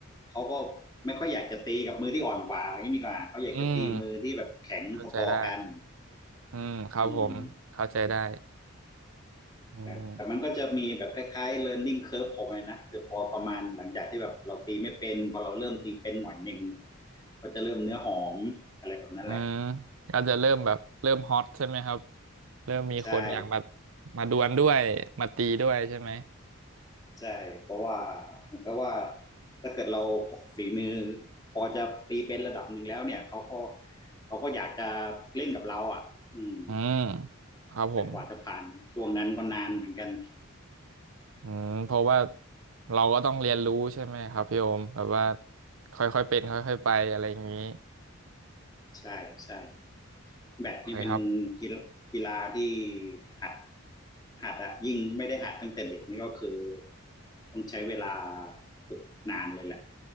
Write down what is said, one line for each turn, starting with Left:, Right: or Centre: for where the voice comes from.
Left: เขาก็ไม่ค่อยอยากจะตีกับมือที่อ่อนกว่าอย่างนี้ดีกว่าเขาอยากจะตีมือที่แบบแข็งพอๆกัน
Right: อืมเข้าใจได้อืมครับผมเข้าใจได้
Left: อืม
Right: อืม
Left: แต่แต่มันก็จะมีแบบคล้ายๆ learning curve ของมันนะคือพอประมาณหลังจากที่แบบเราตีไม่เป็นพอเราเริ่มตีเป็นหน่อยหนึ่งก็จะเริ่มเนื้อหอมอะไรแบบนั้นแหละ
Right: อืมก็จะเริ่มแบบเริ่มฮอตใช่ไหมครับเริ่มมีคนอยากมา
Left: ใช่
Right: มาดวลด้วยมาตีด้วยใช่ไหม
Left: ใช่เพราะว่าเมันก็ว่าถ้าเกิดเราฝีมือพอจะตีเป็นระดับหนึ่งแล้วเนี่ยเขาก็เขาก็อยากจะเล่นกับเราอ่ะอืม
Right: อืมครับผม
Left: แต่กว่าจะผ่านช่วงนั้นก็นานเหมือนกัน
Right: อืมเพราะว่าเราก็ต้องเรียนรู้ใช่ไหมครับพี่โอมแบบว่าค่อยๆเป็นค่อยๆไปอะไรอย่างนี้
Left: ใช่ใช่ แบดนี่เป็น
Right: โอเคครับ
Left: กีฬาที่หัดหัดอะยิ่งไม่ได้หัดตั้งแต่เด็กนี่ก็คือต้องใช้เวลาฝึกนานเลยแหละ